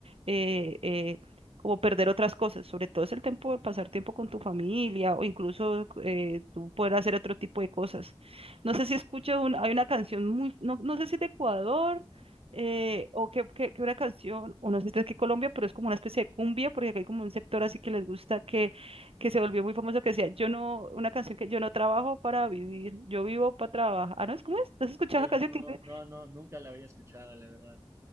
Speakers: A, on the right; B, on the right.
A: eh, eh, como perder otras cosas, sobre todo es el tiempo de pasar tiempo con tu familia o incluso eh, tú poder hacer otro tipo de cosas. No sé si escucho, un, hay una canción muy, no, no sé si es de Ecuador eh, o que, que, que una canción, o no sé si es de aquí Colombia, pero es como una especie de cumbia, porque aquí hay como un sector así que les gusta que que se volvió muy famoso que decía, yo no, una canción que yo no trabajo para vivir, yo vivo para trabajar. Ah, no, ¿cómo es? ¿No has escuchado
B: Eh,
A: esa canción
B: no,
A: que dice?
B: no, no, nunca la había escuchado, la verdad.